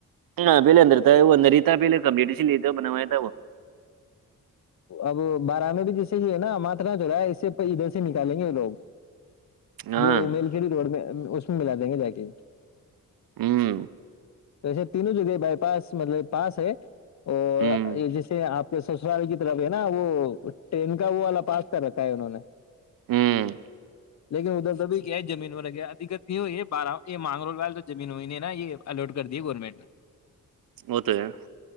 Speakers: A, on the right (about 85°); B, on the left (about 55°).
A: ہاں پہلیےدر تھا ہے وہ ا انرتا پہ کمپ ل ب
B: اب بارہ میں بھی جس یہ ہے نا ماتت نہ چ رہا ہے اس سے ادھر سے نکالیں گے وہ لوگ
A: ہاں
B: جو میلکھڑ روڈ میں اس میں ملا دیں گے جا کے
A: ہوں
B: توسے تینوں اد بائ پاس مطل پس ہے اور
A: ہوں
B: جیسے آپ جو سسرال کی طرف ہے نا وہ ٹرین کا وہ والا پاس کر رکھا ہے انوں نے
A: ہوں
B: لیکن ادھر سے بھی کیا ہے زمین و گیادکقت نہیں ہوئی ہے بارہ یہ مانگ رول والل تو زمین ہوئی نہیں نہ یہ الوٹ کر دییا گورنمنٹ نے
A: ہو تو ہے